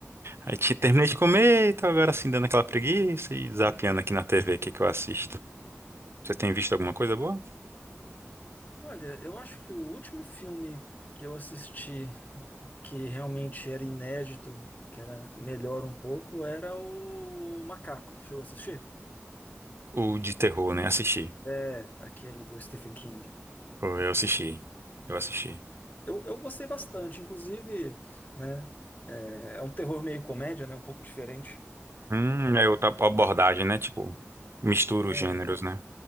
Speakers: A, on the right; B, on the left.
A: aí te- terminei de comer e tô agora assim dando aquela preguiça e zapeando aqui na TV o que que eu assisto. Você tem visto alguma coisa boa?
B: Olha, eu acho que o último filme que eu assisti que realmente era inédito, que era melhor um pouco, era o Macaco. Chegou a assistir?
A: O de terror, né? Assisti.
B: É, aquele do Stephen King.
A: Pô, eu assisti. Eu assisti.
B: Eu, eu gostei bastante, inclusive, né? É, é um terror meio comédia, né? Um pouco diferente.
A: Hum, é outra abordagem, né? Tipo, mistura
B: É.
A: os gêneros, né?